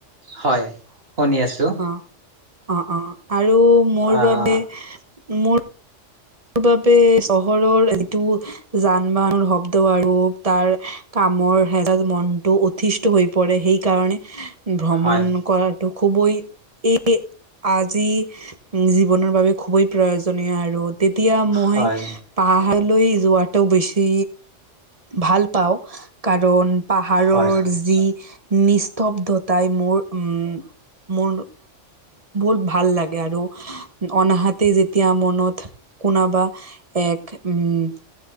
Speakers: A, on the right; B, on the right.
A: হয়, শুনি আছোঁ।
B: অ', অ', অ', মোৰ
A: আহ
B: বাবে মোৰ বাবে চহৰৰ যিটো যান বাহনৰ শব্দ আৰু তাৰ কামৰ হে মনটো অথি তহৈ পৰে, সেই কাৰণে ভ্ৰমণ
A: হয়
B: কৰাৰ টো খুবই এই আজি জীৱনৰ বাবে খুবেই প্ৰায়জনীয় আৰু তেতিয়া মই
A: হয়
B: পাহাৰলৈ যোৱাটো বেছি ভাল পাওঁ, কাৰণ পাহাৰৰ
A: হয় হয়
B: যি নিস্তব্ধতাই মোৰ উম, মোৰ মন বহুত ভাল লাগে আৰু। অনহাতে, যেতিয়া মনত কোনবা এক উম